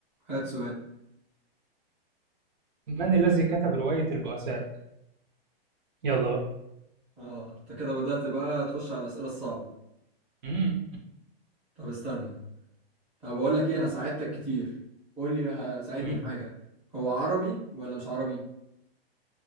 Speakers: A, in the centre; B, on the right.
A: هات سؤال
B: من الذي كتب رواية البؤساء يلا بقى
A: اه انت كده بدأت بقى تخش على الأسئلة الصعبة
B: مم.
A: طب استنى طب بقول لك ايه انا ساعدتك كتير قول لي ه- ساعدني
B: مم.
A: بحاجة هو عربي ولا مش عربي